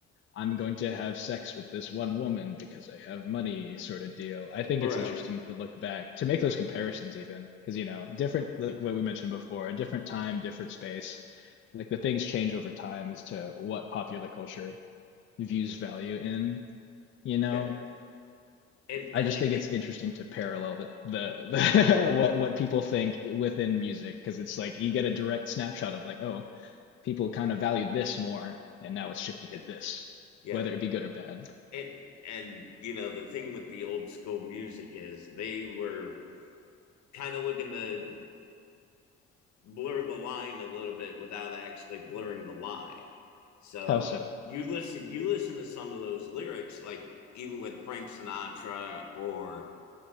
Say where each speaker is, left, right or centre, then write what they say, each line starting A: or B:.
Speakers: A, on the left; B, on the left.
A: i'm going to have sex with this one woman because i have money sort of deal i think
B: right,
A: it's interesting to look back to make those comparisons even because you know different like what we mentioned before a different time different space like the things change over time as to what popular culture views value in you know
B: yeah, and
A: i
B: and
A: just
B: I
A: think
B: think
A: it's interesting to parallel the the, the <laughs> what what people think within music because it's like you get a direct snapshot of like oh People kind of valued this more, and now it's shifted
B: yeah,
A: to this,
B: yeah,
A: whether it be good or bad.
B: and and you know the thing with the old school music is they were kind of looking to blur the line a little bit without actually blurring the line. So
A: How so?
B: you listen you listen to some of those lyrics like even with Frank Sinatra or